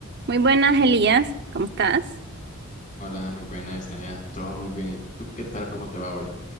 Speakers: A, on the right (about 50°); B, on the left (about 35°).
A: Muy buenas, Elías. ¿Cómo estás?
B: Hola, muy buenas, Naya. Todo muy bien. ¿Y tú qué tal? ¿Cómo te va hoy?